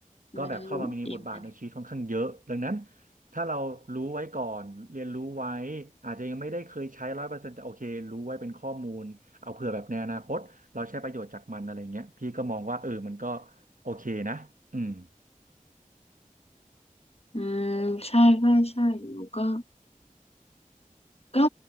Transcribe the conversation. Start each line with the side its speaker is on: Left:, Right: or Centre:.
Left: อืมอินเทอร์เน็ต
Right: ก็แบบเข้ามามีบทบาทในชีวิตค่อนข้างเยอะดังนั้นถ้าเรารู้ไว้ก่อนเรียนรู้ไว้อาจจะยังไม่ได้เคยใช้ร้อยเปอร์เซ็นต์แต่โอเครู้ไว้เป็นข้อมูลเอาเผื่อแบบในอนาคต เราใช้ประโยชน์จากมันอะไรเงี้ยพี่ก็มองว่าเออมันก็โอเคนะอืม
Left: อืมใช่ใช่ใช่หนูก็ ก็